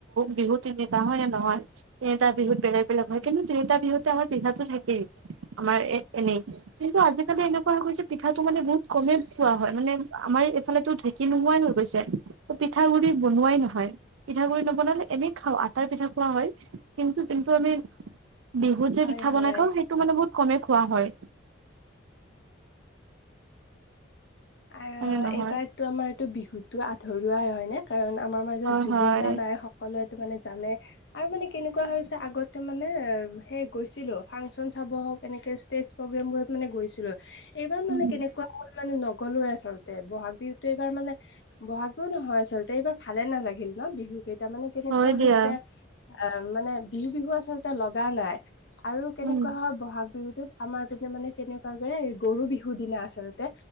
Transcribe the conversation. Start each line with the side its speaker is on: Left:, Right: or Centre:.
Right: বিহু তিনিটা হয় নে নহয়। তিনিটা বিহুত বেলেগ বেলেগ হয় কিন্তু তিনিটা বিহুতে আমাৰ পিঠাতো থাকেই আমাৰ এ এনেই কিন্তু আজিকালি এনেকুৱা হৈ গৈছে পিঠাটো মানে বহুত কম খোৱা হয় মানে আমাৰ এইফালেটো ঢে কি নোৱাই হৈ গৈছে পিঠা গুৰি বনোৱাই নহয়। পিঠা গুড়ি নবনালে এনেই খাওঁ আটাৰ পিঠা খোৱা হয় কিন্তু যোনটো আমি বিহুত যে
Left: হয়
Right: পিঠা
Left: হয়
Right: বনাই খাওঁ সেইটো মানে বহুত কমেই খোৱা হয়।
Left: আৰু
Right: হয়নে নহয়
Left: এইবাৰতো আমাৰতটো বিহুতো আধৰুৱাই হয় নে। কাৰণ আমাৰ মাজত
Right: হয়
Left: জুবিন
Right: হয়
Left: দা নাই সকলোৱো মানে জানে আৰু মানে কেনেকুৱা হৈছে আগতে মানে সেই গৈছিলো ফাংচন চাব হওঁক এনেকে ষ্টেজ প্ৰগ্ৰেম বোৰত মানে গৈছিলোঁ এইবাৰ
Right: উম
Left: মানে কেনেকুৱা মানে গ'লোৱে আচলতে ব'হাগ বিহুত এইবাৰ মানে ব'হাগ বিহু নহয়, আচলতে এইবাৰ ভালে নালাগিল ন বিহু তাৰ মানে কেনেকুৱা
Right: হয় দিয়া
Left: হৈছে আহ মানে বিহু, বিহু আচলতে লগা নাই। আৰু কেনেকুৱা
Right: উম
Left: হয় বহাগ বিহুটোত আমাৰ পিনে মানে কেনেকুৱাযে গৰু বিহুৰ দিনা আচলতে